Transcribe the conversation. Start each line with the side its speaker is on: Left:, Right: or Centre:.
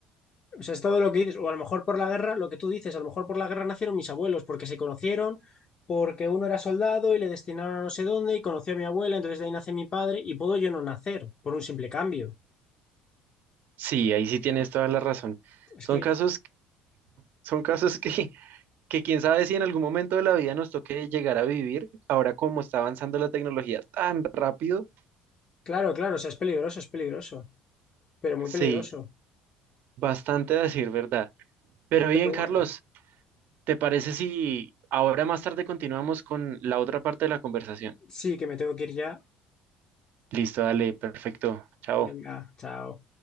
Left: O sea, es todo lo que dices. O a lo mejor por la guerra, lo que tú dices, a lo mejor por la guerra nacieron mis abuelos porque se conocieron, porque uno era soldado y le destinaron a no sé dónde y conoció a mi abuela, entonces de ahí nace mi padre y puedo yo no nacer por un simple cambio.
Right: Sí, ahí sí tienes toda la razón.
Left: Es
Right: Son
Left: que,
Right: casos, son casos <laughs> que, que quién sabe si en algún momento de la vida nos toque llegar a vivir. Ahora como está avanzando la tecnología tan rápido,
Left: claro, claro, o sea, es peligroso, es peligroso. pero muy
Right: sí.
Left: peligroso.
Right: Bastante a decir verdad. Pero bien,
Left: Pero
Right: Carlos,
Left: bueno,
Right: ¿te parece si ahora más tarde continuamos con la otra parte de la conversación?
Left: sí, que me tengo que ir ya.
Right: Listo, dale, perfecto. Chao.
Left: Venga, chao.